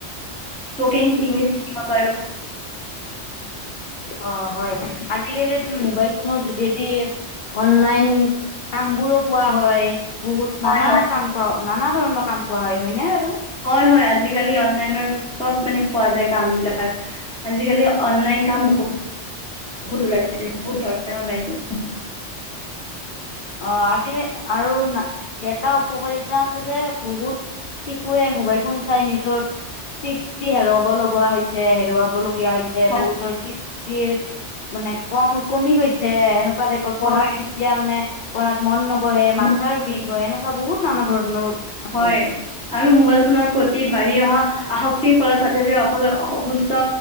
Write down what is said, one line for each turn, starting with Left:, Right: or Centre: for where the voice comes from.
Centre: স্পকিং ইংলিছ শিক পাৰো।
Left: অ হয় আজিিকালি ত মোবাইল ফোনৰ যোগেদি অনলাইন কাম বোৰো পোৱা হয়,। বহুত
Centre: হয়
Left: নানা
Centre: হয়
Left: কাম পাওঁ। নানা ধৰণৰ কাম পোৱা হয়। হয়নে বাৰু?
Centre: হয় হয় আজিকালি অনলাইনৰ চব মানে পোৱা যায় কাম বিলাক। আজিকালি অনলাইন কাম ব বহুত ওলাইছে, বহুত ধৰণৰ ওলাইছে।
Left: অ আজি আৰু এটা উপকাৰিতা আছে যে বহুত শিশুৱে মোবাইল ফোন চাই নিজৰ সৃষ্টি হেৰুাব লগা হৈছে, হেৰুৱাব লগা গীয়া হৈছে।
Centre: হয়
Left: বহুতৰ সৃষ্ট ষ্টি মানে কম কমি গৈছে, এনেকা সেনেকুৱা টাইপৰ পঢ়াত
Centre: হয়
Left: তেতিয়া মানে পঢ়াত মন ন বহে, মাথাৰ
Centre: ম-
Left: বিষ হয়, এনেকুৱা বহুত নানা ধৰণৰ আছে
Centre: হয় আৰু মোবাইল ফোনৰ প্ৰতি বাঢ়ি অহা আসক্তিৰ ফলত ছাত্ৰ ছাত্ৰীৰ অ অসুস্থ